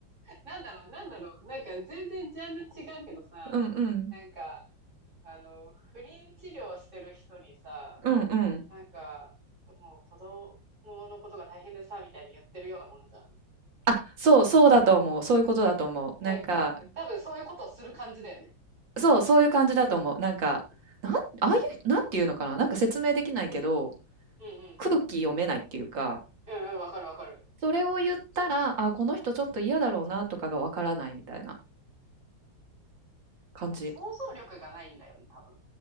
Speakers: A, on the right (about 40°); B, on the right (about 75°).
A: なんだろう、なんだろう、なんか全然ジャンル違うけどさ、
B: うんうん。
A: なんか、あの、不妊治療してる人にさ、
B: うんうん。
A: なんか、もう子供のことが大変でさ、みたいに言ってるようなもんじゃん。
B: あ、そう、そうだと思う。そういうことだと思う。
A: なんか、
B: なんか、
A: 多分そういうことをする感じだよね。
B: そう、そういう感じだと思う。なんか、なん、ああいう、なんていうのかな。なんか説明できないけど、
A: うんうん。
B: 空気読めないっていうか、
A: うんうん、わかるわかる。
B: それを言ったら、あ、この人ちょっと嫌だろうなとかがわからないみたいな感じ。
A: なんか想像力がないんだよね、多分。